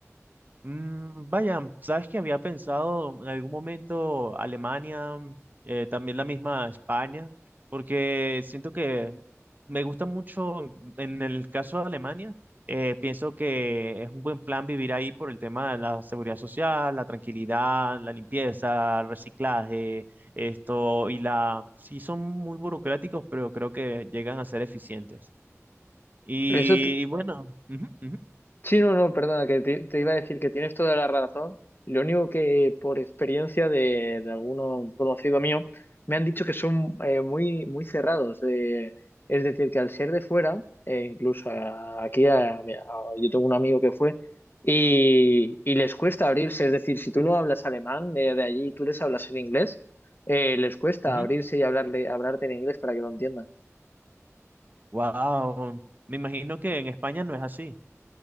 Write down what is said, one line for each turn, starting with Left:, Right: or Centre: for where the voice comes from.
Right: Mm, vaya, sabes que había pensado en algún momento Alemania, eh, también la misma España, porque siento que me gusta mucho, en el caso de Alemania, eh, pienso que es un buen plan vivir ahí por el tema de la seguridad social, la tranquilidad, la limpieza, el reciclaje, esto y la... Sí, son muy burocráticos, pero creo que llegan a ser eficientes. Y,
Left: Eso,
Right: y bueno. ujú, ujú,
Left: Sí, no, no, perdona, que te, te iba a decir que tienes toda la razón. Lo único que por experiencia de, de alguno conocido mío, me han dicho que son eh, muy, muy cerrados. eh, es decir, que al ser de fuera, eh, incluso a- aquí a- mira, a- yo tengo un amigo que fue, y, y les cuesta abrirse. Es decir, si tú no hablas alemán de, de allí y tú les hablas en inglés, eh, les cuesta
Right: ujú.
Left: abrirse y hablarle, hablarte en inglés para que lo entiendan.
Right: Wow, me imagino que en España no es así.